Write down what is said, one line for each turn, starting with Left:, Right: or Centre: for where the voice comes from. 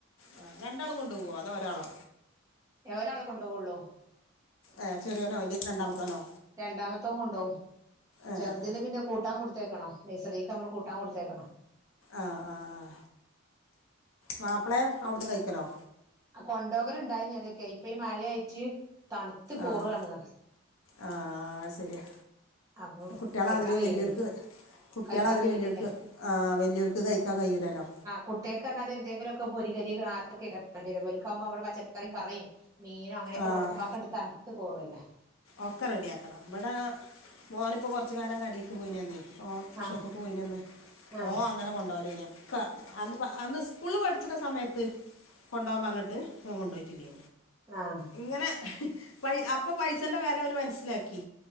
Left: ആഹ് രണ്ടാളും കൊണ്ടു പോകോ അതോ ഒരാളോ
Right: ഏഹ് ഒരാളെ കൊണ്ടോവുള്ളൂ
Left: ഏഹ് ചെറിയോനോ വലിയ രണ്ടാമത്തോനോ
Right: രണ്ടാമത്തോ കൊണ്ടോവും
Left: ഏഹ്
Right: ചെറുതിന് പിന്നെ കൂട്ടാൻ കൊടുത്തേക്കണം നൈസറീക്ക് നമ്മൾ കൂട്ടാൻ കൊടുത്തേക്കണം
Left: ആഹ് ആഹ് മാപ്പിളെ അവിടുന്ന് കഴിക്കലോ
Right: കൊണ്ടോകൽ ഇണ്ടായിനി അതൊക്കെ ഇപ്പ ഈ മഴയായിട്ട് തണുത്ത് കോറ
Left: ആഹ്
Right: ആണു പർ
Left: ആഹ് ശരിയാ
Right: അപ്പം
Left: കുട്ടികളാതിരി
Right: കഴിക്കാൻ കഴിയുന്നില്ല
Left: വെല്ലുൾക്ക് കുട്ടിളെ
Right: കഴിക്കാൻ
Left: ആതിരി
Right: കഴിയണില്ല
Left: വല്യക്ക് ആഹ് വെല്യോൽക്ക് സഴിക്കാൻ കഴുലല്ലോ
Right: കുട്ടേക്ക്ഞ്ഞാൽ എന്തെങ്കിലുഒക്കെ പൊരി കരി അതൊക്കെ വാണ്ടിര വെക്കാവുമ്പോ നമ്മൾ പച്ചക്കറിം കറിം മീനോ അങ്ങനക്കെ
Left: ആഹ്
Right: കൊടുക്ക്പോഅക്കണ്ട് തണുത്ത് പോവല്ലേ
Left: ഒക്കെ റെഡിആക്കണം ഇവിടെ മോനിപ്പോ കുറച്ച് കാലം കടേക്ക് പോയിനന്നേ ഓ
Right: ആഹ്
Left: ഷോപ്പ്ക്ക് പോയീനിന്ന്
Right: ആഹ്
Left: ഓ അങ്ങനെ കൊണ്ടുപോവലേനു ക്ക അന്ന് അന്ന് സ്കൂൾ പഠിച്ചിണ സമയത്ത് കൊണ്ടുപോവാൻ പർഞ്ഞിട്ട് ഓ കൊണ്ടു പോയിട്ടില്ല
Right: ആഹ്
Left: ഇങ്ങനെ പൈ അപ്പൊ പൈസന്റെ വെല ഓൽ മനസ്സിലാക്കി